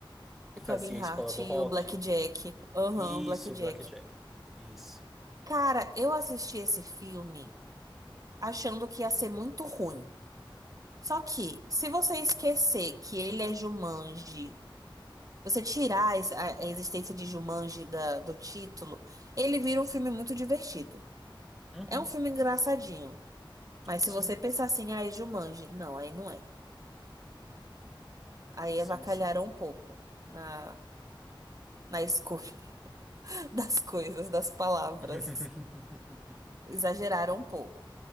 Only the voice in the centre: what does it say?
que
fazia
a
escola do
rock.
Isso,
Blackjack. Isso.
Uhum.
Sim,
sim,
sim.
<laughs>